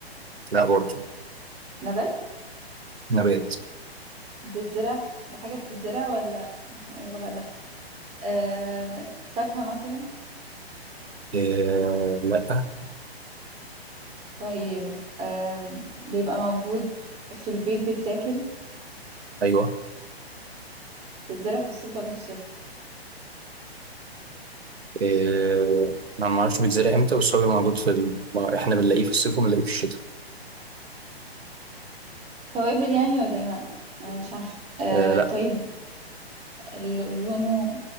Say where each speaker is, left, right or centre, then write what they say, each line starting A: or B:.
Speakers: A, on the right (about 70°); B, on the right (about 20°).
A: لا برضه
B: نبات
A: نبات
B: بتزرع في- بحاجة بتتزرع ولا هو ايه الغباء ده آه فاكهة مثلا
A: آه، لا
B: طيب آه بيبقى موجود في البيت بيتاكل
A: ايوه
B: بيتزرع في الصيف ولا في الشتاء
A: آه، انا ما اعرفش بيتزرع امتى بس هو موجود في ال... ما احنا بنلاقيه في الصيف وبنلاقيه في الشتاء
B: توابل يعني ولا ايه ما- انا مش عارفة آه
A: آه، لا
B: طيب ال- لونه